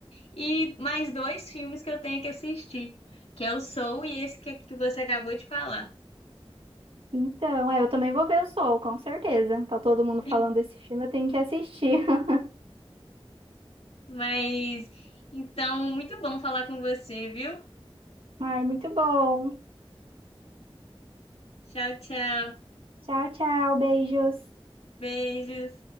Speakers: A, on the left; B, on the right.
A: e mais dois filmes que eu tenho que assistir, que é o Soul e esse que, que você acabou de falar.
B: Então, é, eu também vou ver o Soul, com certeza. Tá todo mundo falando
A: <laughs>
B: desse filme, eu tenho que assistir. <laughs>
A: Mas então, muito bom falar com você, viu?
B: Ai, muito bom.
A: Tchau, tchau.
B: Tchau, tchau, beijos.
A: Beijos.